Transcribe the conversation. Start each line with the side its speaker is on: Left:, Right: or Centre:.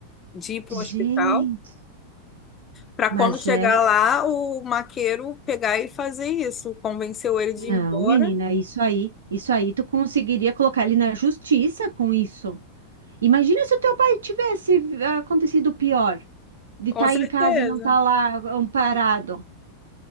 Left: de ir para o hospital.
Right: Gente,
Left: Para
Right: mas
Left: quando chegar
Right: é.
Left: lá, o maqueiro pegar e fazer isso, convenceu ele de ir
Right: Não,
Left: embora.
Right: menina, isso aí, isso aí tu conseguiria colocar ele na justiça com isso. Imagina se o teu pai tivesse acontecido o pior, de
Left: Com
Right: estar
Left: certeza.
Right: em casa e não estar lá amparado.